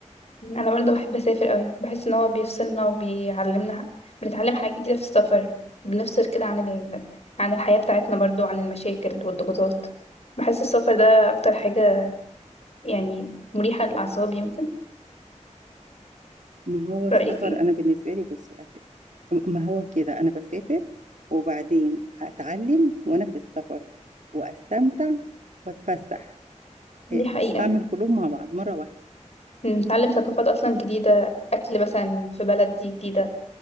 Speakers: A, on the left; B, on the right.
A: انا برضه بحب اسافر قوي بحس ان هو بيفصلنا وبيعلمنا ح- بنتعلم حاجات جديدة في السفر بنفصل كده عن ال... عن الحياة بتاعتنا برضه عن المشاكل والضغوطات بحس السفر ده اكتر حاجة يعني مريحة للاعصاب يمكن
B: ما هو السفر
A: رأيك ايه
B: أنا بالنسبة لي بصي أسافر ما هو كده أنا بسافر وبعدين أتعلم وأنا في السفر وأستمتع وأتفسح
A: دي
B: إيه،
A: حقيقة
B: بعمل كلهم مع بعض مرة واحدة
A: بنتعلم ثقافات اصلا جديدة اكل مثلا في بلد دي جديدة